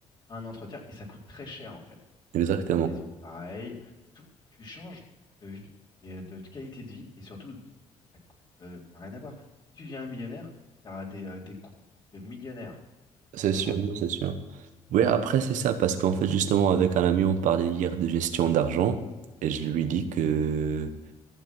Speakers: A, on the left (about 35°); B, on the right (about 80°).
A: un entretien, et ça coûte très cher en fait.
B: exactement.
A: La maison, pareil. Tout, tu changes de vie et de qualité de vie, et surtout, de- ça coûte, euh, ça n'a rien à voir. Si tu deviens un millionnaire, tu as des, euh, des coûts de millionnaire.
B: C'est
A: Donc ça
B: sûr,
A: part vite.
B: non, c'est sûr. Oui, après, c'est ça, parce qu'en fait, justement, avec un ami, on parlait hier de gestion d'argent, et je lui dis que